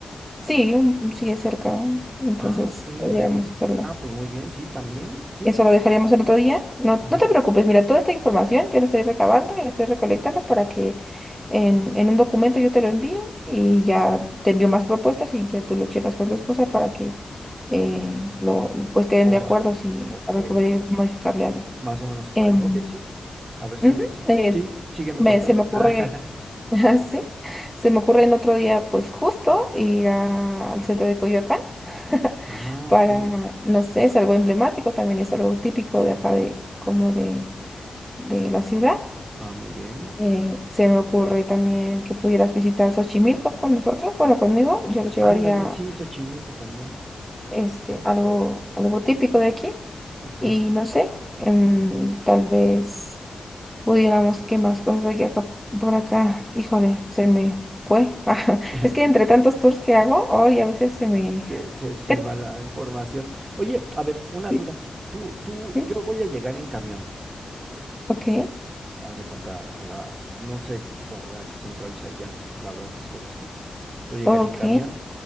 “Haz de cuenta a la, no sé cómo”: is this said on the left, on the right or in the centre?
Right